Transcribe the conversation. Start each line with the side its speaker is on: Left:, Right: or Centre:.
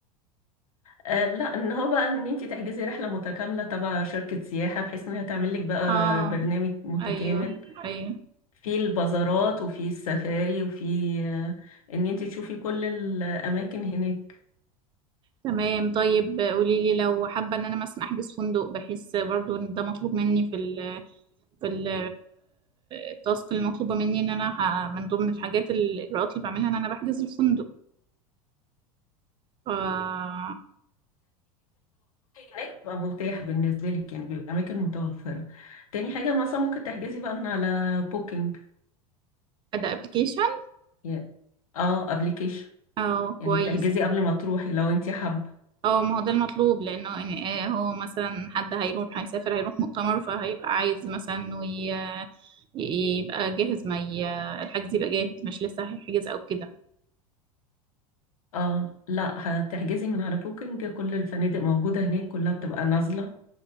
Left: آه، لا ان هو بقى ان انت تحجزي رحله متكامله تبع شركه سياحه بحيث ان هي تعمل لك بقى
Right: اه
Left: برنامج متكامل
Right: ايوه ايوه
Left: في البازارات وفي السفاري وفي آه، ان انت تشوفي كل الاماكن هناك
Right: تمام طيب قولي لي لو حابه ان انا مثلا احجز فندق بحيث برضو ان ده مطلوب مني في ال في ال- التاسك المطلوبه مني ان انا ه- من ضمن الحاجات الاجراءات اللي بعملها ان انا بحجز الفندق ف
Left: هناك بقى متاح بالنسبه لك يعني بيبقى اماكن متوفره تاني حاجه مثلا ممكن تحجزي بقى من على بوكينج
Right: ده ابلكيشن
Left: يعني اه ابلكيشن
Right: اه
Left: يعني
Right: كويس
Left: بتحجزي قبل ما تروحي لو انت حابه
Right: اه ما هو ده المطلوب لانه يعني آه، هو مثلا حد هيروح هيسافر هيروح مؤتمر فهيبقى عايز مثلا انه ي- يبقى جاهز ما ي- الحجز يبقى جاهز مش لسه هيحجز او كده
Left: اه لا هتحجزي من على بوكينج كل الفنادق موجوده هناك كلها بتبقى نازله